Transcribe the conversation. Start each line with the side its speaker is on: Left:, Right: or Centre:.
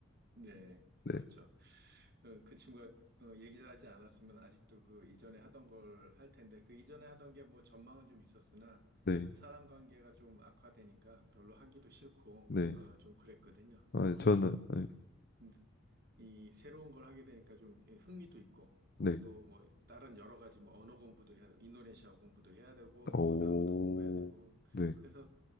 Right: 네,
Left: 네
Right: 그렇죠. 어, 그 친구가 어, 얘기를 하지 않았으면 아직도 그 이전에 하던 걸 할 텐데, 그 이전에 하던 게 뭐 전망은 좀 있었으나,
Left: 네
Right: 사람 관계가 좀 악화되니까 별로 하기도 싫고,
Left: 네.
Right: 어, 좀 그랬거든요.
Left: 아
Right: 그래서
Left: 저는 네.
Right: 음, 이 새로운 걸 하게 되니까 좀 예, 흥미도 있고,
Left: 네.
Right: 또 뭐 다른 여러 가지 뭐 언어 공부도 해야 되고, 인도네시아 공부도 해야 되고,
Left: 오.
Right: 뭐 나무도 공부해야 되고,
Left: 네.
Right: 그래서